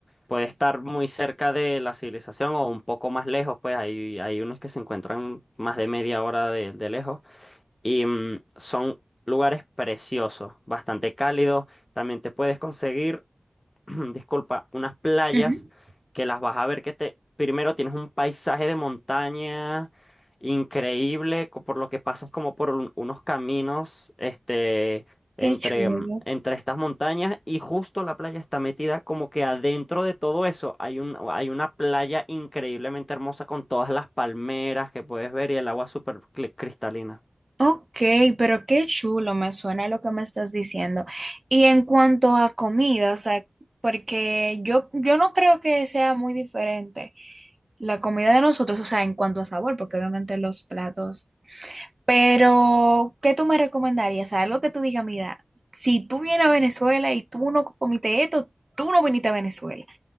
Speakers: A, on the left (about 25°); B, on the right (about 40°).
A: Puede estar muy cerca de la civilización o un poco más lejos, pues hay, hay unos que se encuentran más de media hora de de lejos y mm, son lugares preciosos, bastante cálidos. También te puedes conseguir, <clears throat> disculpa, unas playas
B: ujú.
A: que las vas a ver que te, primero tienes un paisaje de montaña increíble, co- por lo que pasas como por un- unos caminos, este, entre,
B: Qué chulo.
A: mm, entre estas montañas y justo la playa está metida como que adentro de todo eso hay un, hay una playa increíblemente hermosa con todas las palmeras que puedes ver y el agua súper cli- cristalina.
B: Ok, pero qué chulo, me suena lo que me estás diciendo. Y en cuanto a comida, o sea, porque yo, yo no creo que sea muy diferente la comida de nosotros, o sea, en cuanto a sabor, porque obviamente los platos Pero, ¿qué tú me recomendarías? Algo que tú digas, mira, si tú vienes a Venezuela y tú no comiste esto, tú no viniste a Venezuela.